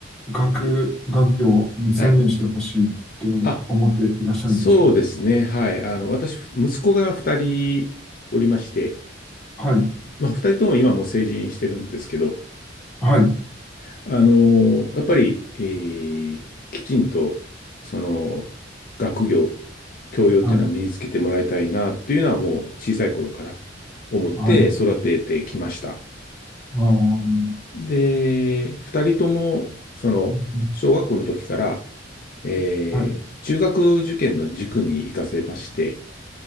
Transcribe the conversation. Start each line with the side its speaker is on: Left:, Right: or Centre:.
Centre: 学、学業に専念してほしいって思っていらっしゃるんですか
Left: はい。あ、そうですね。はい。あの、私、息子が2人おりまして、
Centre: はい。
Left: まあ、2人とも今もう成人してるんですけど、
Centre: はい。
Left: あの、やっぱり、えーきちんと、その、学業、教養っていうのは身につけてもらいたいなっていうのはもう小さい頃から
Centre: はい。
Left: 思って育ててきました。
Centre: はい。あー
Left: で、2人とも、その、
Centre: うん
Left: 小学校の時から、えー中学受験の塾に行かせまして、
Centre: はい。